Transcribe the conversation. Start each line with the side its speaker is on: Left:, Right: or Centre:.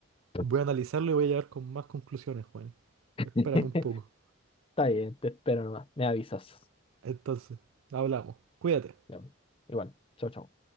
Left: <laughs>
Right: Voy a analizarlo y voy a llegar con más conclusiones, Juan. Espérame
Left: está
Right: un poco.
Left: bien, te espero nomás. Me avisas.
Right: Entonces, hablamos. Cuídate.
Left: Ya, Igual, chao, chao.